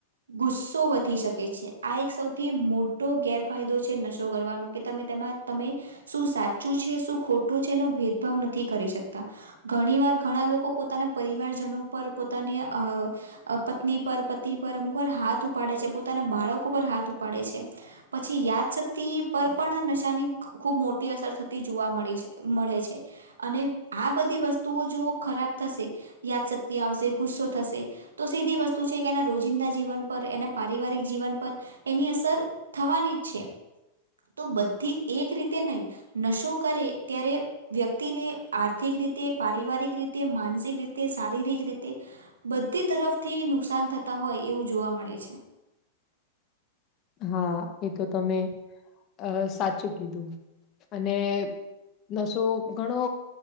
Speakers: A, on the right; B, on the left.
A: ગુસ્સો વધી શકે છે આ એક સૌથી મોટો ગેરફાયદો છે નશો કરવાનો કે તમે તેમાં તમે શું સાચું છે શું ખોટું છે એનો ભેદભાવ નથી કરી શકતા ઘણી વાર ઘણા લોકો પોતાના પરિવારજનો પર પોતાની અ પત્ની પર પતિ પર અમુક પર હાથ ઉપાડે છે પોતાના બાળકો પર હાથ ઉપાડે છે. પછી યાદશક્તિ પર પણ નશાની ખૂબ મોટી અસર થતી જોવા મળી છે મળે છે અને આ બધી વસ્તુઓ જો ખરાબ થશે યાદ શક્તિ આવશે ગુસ્સો થશે તો સીધી વસ્તુ છે કે ને રોજિંદા જીવન પર એના પારિવારિક જીવન પર એની અસર થવાની જ છે. તો બધી એક રીતે નઈ નશો કરે ત્યારે વ્યક્તિને આર્થિક રીતે પારિવારિક રી તે માનસિક રીતે શારીરિક રીતે બધી તરફથી નુકસાન થતા હોય એવું જોવા મળે છે.
B: હા એ તો તમે અ સાચું કીધું અને નસો ઘણો